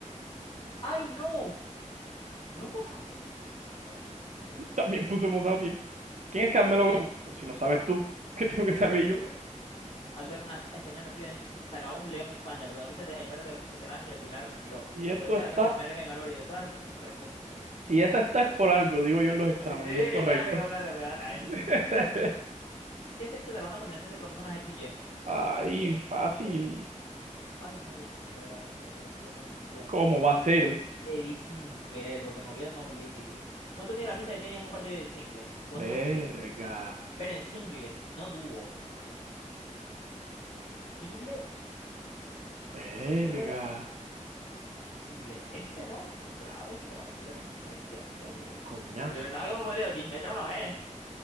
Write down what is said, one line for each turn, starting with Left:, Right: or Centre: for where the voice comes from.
Left: ¡Ay, no! No Homo sapiens. Bueno, Homo erectus. Increíble, la
Right: También
Left: verdad.
Right: puse Homo sapiens. ¿Quién es Carmelo
Left: ¿Quién es
Right: Gómez? Pues Si no sabes tú, <laughs> ¿qué tengo que saber
Left: Carmelo
Right: yo?
Left: Gómez? Actor nas- español nacido en Sahagún, León, España. Protagonista de El perro del hortelano y de Pilar Miró.
Right: Y
Left: El protagonista
Right: esto está,
Left: de la carta es Merga y Malory. Todas las respuestas son correctas. Esta.
Right: si esa está es por algo, digo yo en los exámenes,
Left: <laughs> Sí, sí, literal,
Right: y es correcto.
Left: en plan de, voy a darle a
Right: <laughs>
Left: este porque... ¿Qué sexo dará una combinación de cromosomas XY?
Right: Ay,
Left: XY,
Right: fácil.
Left: este. Ay, no, le di sin querer a hembra, te lo juro por mi vida.
Right: ¿Cómo va a ser?
Left: Le di sin querer porque moví el mouse y le di clic. ¿Cuánto mide la pista de tenis en un partido de singles? ¿Cuánto
Right: Verga,
Left: mide? Pero en singles, no dúo. Single,
Right: verga,
Left: single, singles este, ¿no? Claro, 8,23. Y Decía, Dios, Dios,
Right: coñazo.
Left: <laughs> me estaba confundido. diez metros no es.